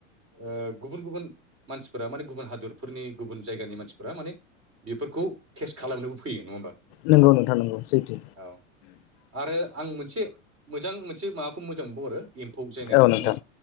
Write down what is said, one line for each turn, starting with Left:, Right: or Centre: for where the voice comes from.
Right: ओ गुबुन गुबुन मानसिफोरा माने गुबुन हादरफोरनि गुबुन जायगानि मानसिफोरा माने बेफोरखौ टेस्ट खालामनोबो फैयो नङा होमबा?
Left: नंगौ नोंथां नगौ सैथो।
Right: औ आरो आं मोनसे मोजां मोनसे माबाखौ मोजांबो हरो एम्फौ जायनाखि
Left: औ
Right: नङा
Left: नोंथां
Right: होमबा